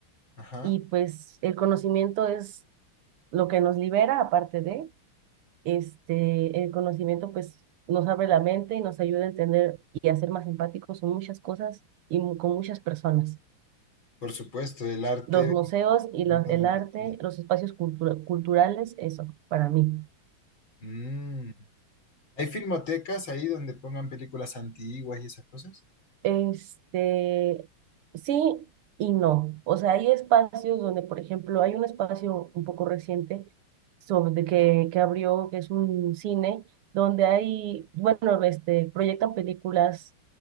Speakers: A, on the left (about 65°); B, on the right (about 85°).
A: Ajá,
B: y pues el conocimiento es lo que nos libera, aparte de, este, el conocimiento pues nos abre la mente y nos ayuda a entender y a ser más empáticos con muchas cosas y mu- con muchas personas.
A: por supuesto, el arte
B: los museos y
A: aumenta
B: los, el
A: la empatía.
B: arte, los espacios cultu- culturales, eso, para mí.
A: Mm. ¿Hay filmotecas ahí donde pongan películas antiguas y esas cosas?
B: Este, sí y no. O sea, hay espacios donde, por ejemplo, hay un espacio un poco reciente sobre que, que abrió, que es un cine, donde hay, bueno, este, proyectan películas,